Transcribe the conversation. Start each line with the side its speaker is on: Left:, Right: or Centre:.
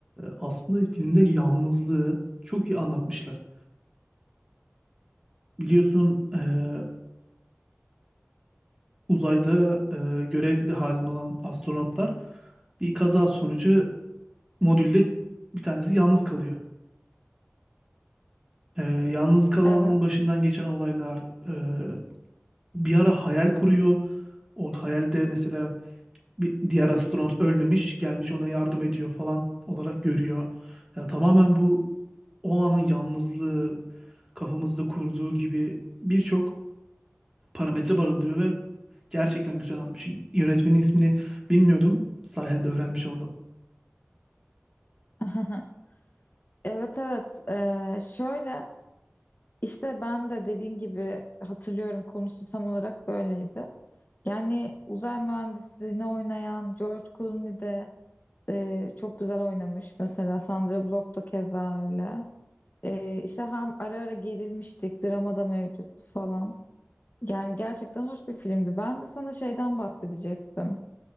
Right: aslında filmde yalnızlığı çok iyi anlatmışlar. Biliyorsun ee, uzayda ee, görev halinde olan astronotlar bir kaza sonucu modülde bir tanesi yalnız kalıyor. Ee, yalnız kalanın
Left: Evet.
Right: başından geçen olaylar e, bir ara hayal kuruyor. O hayalde mesela bir diğer astronot ölmemiş, gelmiş ona yardım ediyor falan olarak görüyor. Ya tamamen bu o anın yalnızlığı kafamızda kurduğu gibi birçok parametre barındırıyor ve gerçekten güzel atmış. Yönetmenin ismini bilmiyordum. Sayende öğrenmiş oldum.
Left: <laughs> Evet evet Ee, şöyle İşte ben de dediğin gibi hatırlıyorum konusu tam olarak böyleydi. Yani uzay mühendisliğini oynayan George Clooney de e, çok güzel oynamış. Mesela Sandra Bullock da keza öyle. E, işte hem ara ara gerilmiştik, drama da mevcuttu falan. Yani gerçekten hoş bir filmdi. Ben de sana şeyden bahsedecektim.